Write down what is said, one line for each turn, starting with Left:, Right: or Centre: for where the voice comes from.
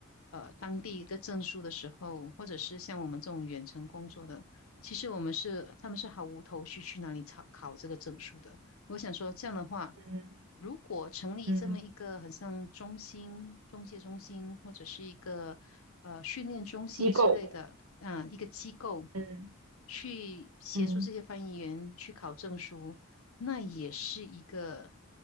Left: 呃当地一个证书的时候，或者是像我们这种远程工作的，其实我们是他们是毫无头绪去哪里考考这个证书的。我想说，这样的话，
Right: 嗯
Left: 如果成立这么一个很像中心、
Right: 嗯。
Left: 中介中心，或者是一个呃训练中心之类的啊、
Right: 机构。
Left: 一个机构，
Right: 嗯
Left: 去协助这些翻译员去考证书，
Right: 嗯
Left: 那也是一个